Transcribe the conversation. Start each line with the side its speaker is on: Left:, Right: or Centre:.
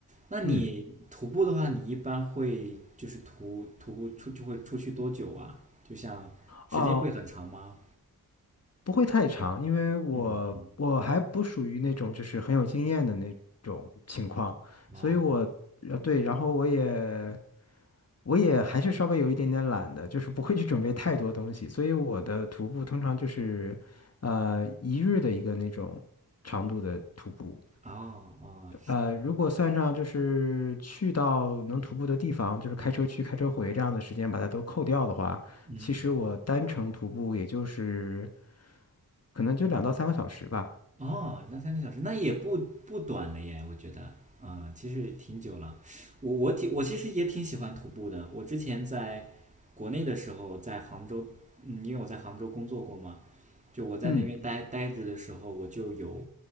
Right: 那你徒步的话，
Left: 嗯，
Right: 你一般会就是徒徒步出就会出去多久啊？就像时间会很长吗？
Left: 哦，不会太长，因为我我还不属于那种就是很有经验的那种情况，
Right: 嗯嗯，哦
Left: 所以我呃对，然后我也我也还是稍微有一点点懒的，就是不会去准备太多东西，所以我的徒步通常就是呃一日的一个那种长度的徒步。
Right: 哦哦，
Left: 呃，如果算上就是去到能徒步的地方，就是开车去、开车回这样的时间，把它都扣掉的话，
Right: 嗯嗯，
Left: 其实我单程徒步也就是可能就两到三个小时吧。
Right: 哦，那三个小时那也不不短了耶，我觉得，嗯，其实挺久了。我我挺我其实也挺喜欢徒步的。我之前在国内的时候，在杭州，嗯，因为我在杭州工作过嘛，就我在那边待待着的时候，
Left: 嗯，
Right: 我就有